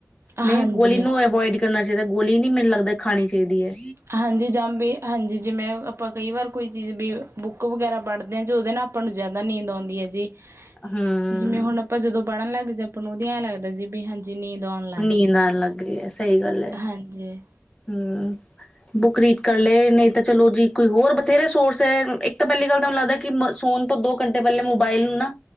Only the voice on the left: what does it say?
ਨਹੀਂ ਗੋਲੀ ਨੂੰ ਅਵੋਇਡ ਕਰਨਾ ਚਾਹੀਦਾ, ਗੋਲੀ ਨੀ ਮੈਨੂੰ ਲੱਗਦਾ, ਖਾਣੀ ਚਾਹੀਦੀ ਹੈ
ਹਮ-
ਨੀਂਦ
ਆਣ ਲੱਗੇ ਹੈ, ਸਹੀ ਗੱਲ ਹੈ
ਹਮ ਬੁੱਕ ਰੀਡ ਕਰ ਲਏ ਨਹੀਂ ਤਾਂ ਚਲੋ ਜੀ, ਕੋਈ ਹੋਰ ਬਥੇਰੇ ਸੋਰਸ ਹੈ ਇੱਕ ਤਾਂ ਪਹਿਲੀ ਗੱਲ ਤਾਂ ਮੈਨੂੰ ਲੱਗਦਾ ਕਿ- ਫੋਨ ਤੋਂ ਦੋ ਘੰਟੇ ਪਹਿਲੇ ਮੋਬਾਇਲ ਨੂੰ ਨਾ